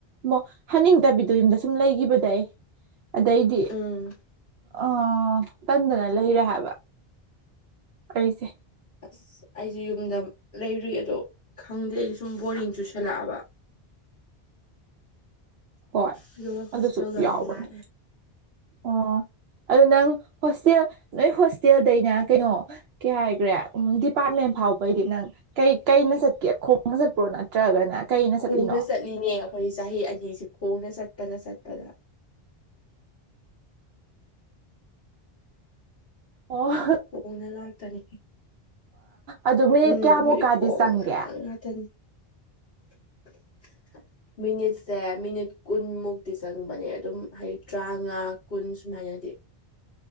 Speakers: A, on the right; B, on the left.
A: ꯃ ꯍꯅꯤꯡꯗꯕꯤꯗꯣ ꯌꯨꯝꯗ ꯁꯨꯝ ꯂꯩꯒꯤꯈꯤꯕꯗ ꯑꯩ ꯑꯗꯩꯗꯤ
B: ꯎꯝ
A: ꯑ ꯇꯟꯗꯅ ꯂꯩꯔꯦ ꯍꯥꯏꯕ ꯑꯩꯁꯦ
B: ꯑꯁ ꯑꯩꯁꯦ ꯌꯨꯝꯗ ꯂꯩꯔꯨꯏ ꯑꯗꯣ ꯈꯪꯗꯦ ꯑꯩꯗꯤ ꯁꯨꯝ ꯕꯣꯔꯤꯡ ꯆꯨꯁꯜꯂꯛꯑꯕ
A: ꯍꯣꯏ
B: ꯑꯗꯨꯃ ꯍꯣꯁꯇ꯭ꯦꯜ
A: ꯑꯗꯨꯁꯨ
B: ꯗ
A: ꯌꯥꯎꯕꯅꯦ
B: ꯑꯃꯨꯛ ꯂꯥꯛꯑꯦ
A: ꯑꯣ ꯑꯗꯨ ꯅꯪ ꯍꯣꯁꯇꯦꯜ ꯅꯣꯏ ꯍꯣꯁꯇꯦꯜꯗꯩꯅ ꯀꯩꯅꯣ ꯀꯩ ꯍꯥꯏꯈ꯭ꯔꯦ ꯎꯝ ꯗꯤꯄꯥꯔꯠꯃꯦꯟ ꯐꯥꯎꯕꯩꯗꯤ ꯅꯪ ꯀꯩ ꯀꯩꯅ ꯆꯠꯀꯦ ꯈꯣꯡꯅ ꯆꯠꯄ꯭ꯔꯣ ꯅ ꯅꯠꯇ꯭ꯔꯒꯅ ꯀꯩꯅ
B: ꯈꯣꯡꯅ
A: ꯆꯠꯂꯤꯅꯣ
B: ꯆꯠꯂꯤꯅꯦ ꯑꯩꯈꯣꯏ ꯆꯍꯤ ꯑꯅꯤꯁꯤ ꯈꯣꯡꯅ ꯆꯠꯄꯗ ꯆꯠꯄꯗ
A: ꯑꯣ
B: ꯎꯅ ꯉꯛꯇꯅꯤ
A: ꯑꯗꯨ ꯃꯤꯅꯤꯠ
B: ꯎꯝ
A: ꯀꯌꯥꯃꯨꯛꯀꯗꯤ
B: ꯍꯧꯖꯤ ꯈꯣꯡꯅ
A: ꯆꯪꯒꯦ
B: ꯉꯊꯅꯤ <inaudible> ꯃꯤꯅꯤꯠꯁꯦ ꯃꯤꯅꯤꯠ ꯀꯨꯟꯃꯨꯛꯇꯤ ꯆꯪꯕꯅꯦ ꯑꯗꯨꯝ ꯍꯥꯏꯗꯤ ꯇꯔꯥꯃꯉꯥ ꯀꯨꯟ ꯁꯨꯃꯥꯏꯅꯗꯤ